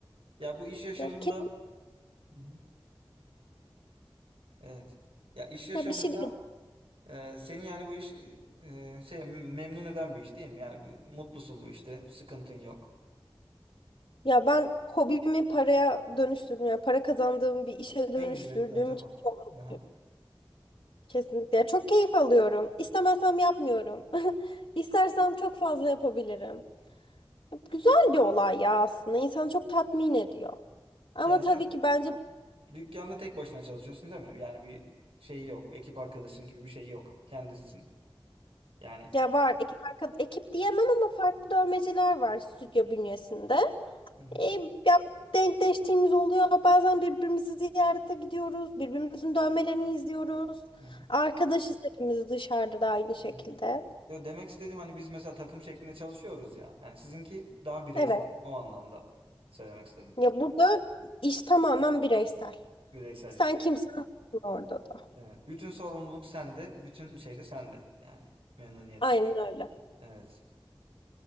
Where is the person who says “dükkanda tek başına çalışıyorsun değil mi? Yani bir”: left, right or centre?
Right